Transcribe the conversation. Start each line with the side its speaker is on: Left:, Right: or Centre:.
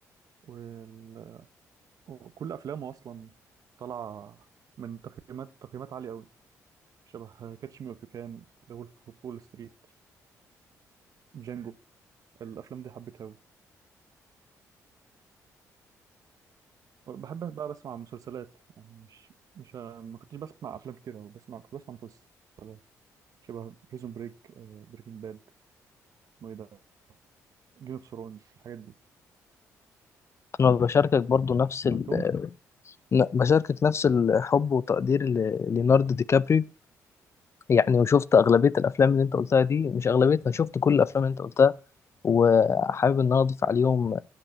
Right: وال... وكل افلامه اصلا طالعه من تقييمات تقييمات عاليه قوي شبه كاتش مي اوف كان ذا وولف اوف وول ستريت جانجو الافلام دي حبيتها قوي وبحب بقى بسمع مسلسلات يعني مش مش ما كنتش بسمع افلام كتير قوي بسمع كنت بسمع مسلسلات شبه بريزون بريك بريكنج باد اسمه ايه ده جيم اوف ثرونز الحاجات دي
Left: أنا بشاركك برضو نفس
Right: سمعتهم
Left: ال... ن- بشاركك نفس الحب وتقدير ل- ليوناردو دي كابريو يعني وشفت أغلبية الأفلام اللي أنت قلتها دي مش أغلبيتها شفت كل الأفلام اللي أنت قلتها وحابب إن أنا أضيف عليهم